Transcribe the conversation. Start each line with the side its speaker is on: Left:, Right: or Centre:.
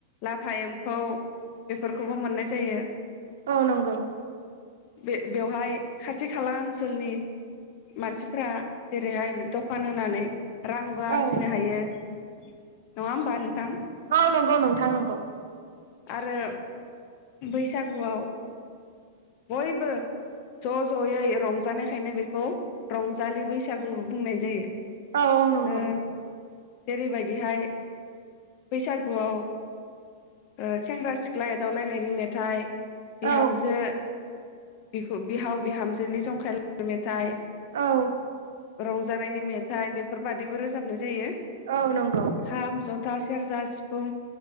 Left: लाथा एम्फौ बेफोरखौबो मोननाय जायो
Right: औ नंगौ
Left: बे-बेवहाय खाथि खाला ओनसोलनि मानसिफ्रा जेरैहाय दखान होनानै रांबो
Right: औ
Left: आरजिनो हायो नङा होमबा नोंथां
Right: औ नंगौ नोंथां नंगौ
Left: आरो बैसागुआव बयबो ज' ज'यै रंजानायखायनो बेखौ रंजालि बैसागुबो बुंनाय जायो
Right: औ औ नंगौ
Left: ओ जेरैबायदिहाय बैसागुआव ओ सेंग्रा सिख्ला एदावलायनायनि मेथाइ
Right: औ
Left: बिहामजो बिखु बिहाव बिहामज जोंनि जंखालायनाय मेथाइ
Right: औ
Left: रंजानायनि मेथाइ बेफोरबादिबो रोजाबनाय जायो
Right: औ नंगौ
Left: खाम जथा सि सेरजा सिफुं